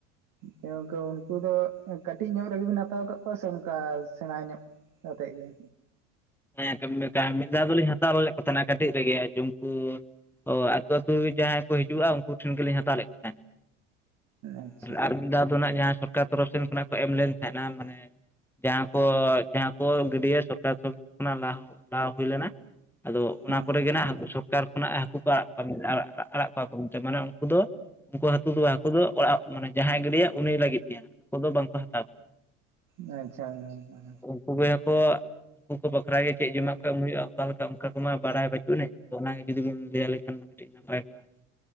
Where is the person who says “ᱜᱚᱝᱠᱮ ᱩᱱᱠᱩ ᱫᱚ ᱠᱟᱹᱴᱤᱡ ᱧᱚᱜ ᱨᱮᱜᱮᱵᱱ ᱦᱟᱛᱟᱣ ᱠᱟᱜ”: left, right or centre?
Right